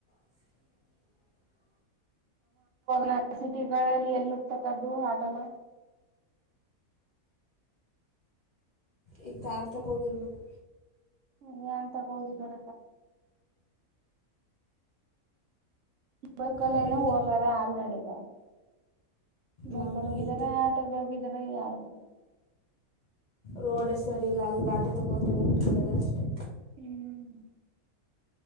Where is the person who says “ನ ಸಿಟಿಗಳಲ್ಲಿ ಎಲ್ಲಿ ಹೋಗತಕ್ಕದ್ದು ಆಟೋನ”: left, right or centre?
Right